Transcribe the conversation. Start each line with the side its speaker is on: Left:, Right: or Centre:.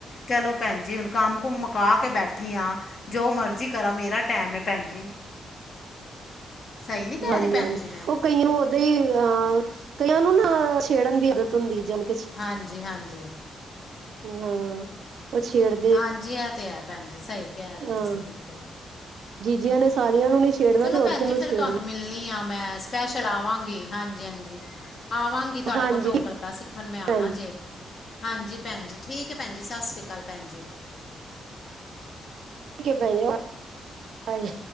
Left: ਚਲੋ ਭੈਣ ਜੀ ਹੁਣ ਕੰਮ ਕੁੁੰਮ ਮੁਕਾ ਕੇ ਬੈਠੀ ਹਾਂ। ਜੋ ਮਰਜ਼ੀ ਕਰਾਂ ਮੇਰਾ ਟੈਮ ਹੈ ਭੈਣ ਜੀ। ਸਹੀ ਨਹੀਂ ਕਹਿ
Right: ਹਾਂਜੀ
Left: ਰਹੀ ਭੈਣ
Right: ਹਾਂਜੀ
Left: ਜੀ ਮੈਂ
Right: ਉਹ ਕਈ ਨੂੰ ਉਦਾਂ ਹੀ ਅਹ ਕਈਆਂ ਨੂੰ ਨਾ ਛੇੜਨ ਦੀ ਆਦਤ ਹੁੰਦੀ ਜਾਣੀ
Left: ਹਾਂਜੀ ਹਾਂਜੀ।
Right: ਹਾਂ ਉਹ। ਛੇੜਦਾ।
Left: ਹਾਂਜੀ। ਇਹ। ਤੇ। ਹੈ। ਭੈਣ। ਜੀ। ਸਹੀ। ਕਹਿ। ਰਹੇ।
Right: ਹਾਂ
Left: ਤੁਸੀਂ। ਬਿਲਕੁਲ।
Right: ਜੀਜਿਆਂ। ਨੇ। ਸਾਰੀਆਂ। ਨੂੰ। ਨੀ। ਛੇੜਨਾ।
Left: ਚਲੋ
Right: ਤੇ।
Left: ਭੈਣ
Right: ਔਰਤ।
Left: ਜੀ
Right: ਨੂੰ।
Left: ਫਿਰ
Right: ਛੇੜਨਾ।
Left: ਤੁਹਾਨੂੰ ਮਿਲਣੀ ਆ। ਮੈਂ ਸਪੈਸ਼ਲ। ਆਵਾਂਗੀ। ਹਾਂਜੀ। ਹਾਂਜੀ। ਆਵਾਂਗੀ। ਕਿ। ਤੁਹਾਡੇ।
Right: ਹਾਂਜੀ
Left: ਕੋਲ। ਡੋਕਲਾ।
Right: ਠੀਕ
Left: ਸਿੱਖਣ। ਮੈਂ।
Right: ਹੈ ਭੈਣ
Left: ਨਾ।
Right: ਜੀ
Left: ਜੇ। ਹਾਂਜੀ। ਭੈਣ। ਜ। ਠੀਕ। ਹੈ। ਭੈਣ। ਜੀ। ਸਤਿ। ਸ਼੍ਰੀ। ਅਕਾਲ। ਭੈਣ। ਜੀ।
Right: ਠੀਕ। ਹੈ। ਭੈਣੇ। ਜ।